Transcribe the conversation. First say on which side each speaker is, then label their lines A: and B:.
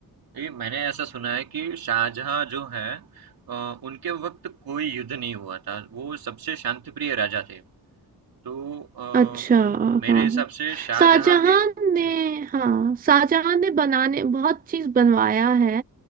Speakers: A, on the right; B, on the right.
A: जी, मैंने ऐसा सुना है कि शाहजहाँ जो हैं अ, उनके वक़्त कोई युद्ध नहीं हुआ था। वो सबसे शांतिप्रिय राजा थे। तो अ,
B: अच्छा
A: मेरे
B: हाँ
A: हिसाब से शाहजहाँ
B: शाहजहां
A: के
B: ने
A: जी,
B: हाँ शाहजहां ने बनाने बहुत चीज बनवाया है